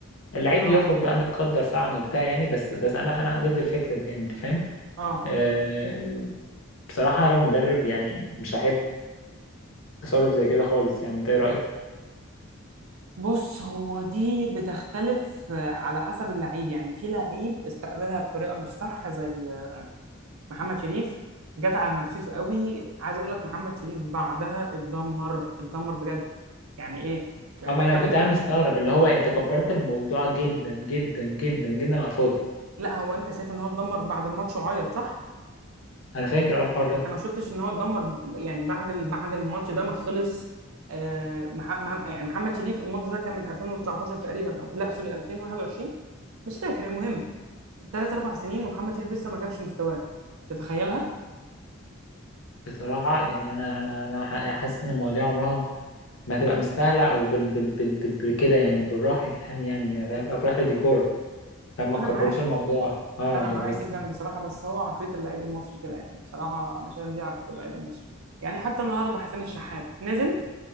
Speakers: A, on the left (about 70°); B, on the right (about 90°).
A: اللعيب
B: اه
A: بيخرج بقى متقدر فعلا وبتاع يعني بس بس انا انا ضد الفكره دي يعني انت فاهم
B: اه
A: آه، بصراحة لو مدرب يعني مش هحب تصرف زي كده خالص يعني انت ايه رأيك؟
B: بص هو دي بتختلف آه، على حسب اللعيب يعني في لعيب استقبلها بطريقه مش صح زي محمد شريف جت على نفسيته قوي عايز اقول لك محمد شريف بعدها اتدمر اتدمر بجد يعني ايه يعني
A: اما انا
B: محمد
A: كنت قاعد مستغرب اللي هو انت كبرت الموضوع جدا جدا جدا جدا على الفاضي
B: لا هو انت شايف ان هو اتدمر بعد الماتش وعيط صح
A: انا فاكر اه الحوار ده
B: انت ما شفتش ان هو اتدمر يعني بعد ال... بعد الماتش ده ما خلص آه مح... مح... يعني محمد شريف الماتش ده كان من 2019 تقريبا او لا سوري 2021 مش فاكر المهم ثلاث اربع سنين ومحمد شريف لسه ما جابش مستواه تتخيلها
A: بصراحة يعني انا انا انا ح- أنا حاسس ان المواضيع عمرها ما هتبقى مستاهلة او بال بال بال بال بال كده يعني بالراحة يا جدعان يعني فاهم في الأول وفي الاخر دي كورة فما
B: انا
A: تكبروش
B: معاك
A: الموضوع اه
B: انا
A: ما
B: معاك
A: بس
B: جدا بصراحه بس هو عقليه اللعيب المصري كده يعني بصراحه انا شايف دي عقليه اللعيب المصري يعني حتى النهارده حسين الشحات نزل